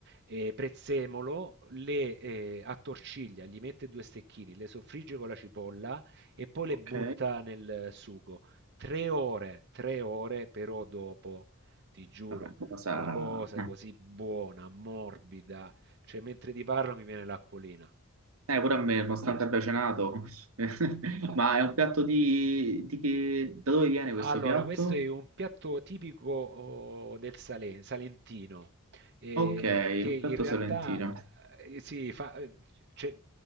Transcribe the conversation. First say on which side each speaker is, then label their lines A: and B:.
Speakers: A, on the right; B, on the right.
A: e prezzemolo, le eh, attorciglia, gli mette due stecchini, le soffrigge con la cipolla e poi le
B: ok,
A: butta nel sugo. Tre ore, tre ore però dopo, ti giuro,
B: vabbè, cosa...
A: una cosa così buona, morbida, cioè mentre ti parlo mi viene l'acquolina.
B: Eh, pure a me, nonostante abbia cenato. <laughs> Ma è un piatto di... di che... Da dove viene questo
A: Allora,
B: piatto?
A: questo è un piatto tipico oh, del Sale- Salentino, eh,
B: Ok,
A: che
B: un
A: in
B: piatto
A: realtà
B: salentino.
A: eh, si fa, eh, cioè,